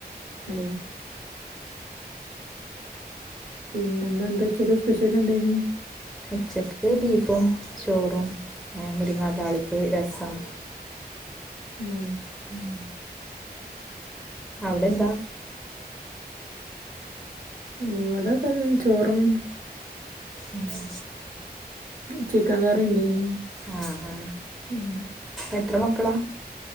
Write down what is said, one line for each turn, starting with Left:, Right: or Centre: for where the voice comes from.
Right: ഏ പിന്നെ ഇന്നെന്താ ഉച്ചക്ക് സ്പെഷ്യൽ ഉണ്ടായ്നെ
Centre: ഉച്ചക്ക് ബീഫും ചോറും ഏ മുരിങ്ങാ താളിപ്പ് രസം
Right: ആഹ്
Centre: ഉം അവിടെന്താ
Right: ഇവിടെതന്നെ ചോറും
Centre: ആഹ്
Right: ചിക്കാൻ കറി ഉണ്ടയ്നി
Centre: ആ ആ
Right: ഉം
Centre: എത്ര മക്കളാ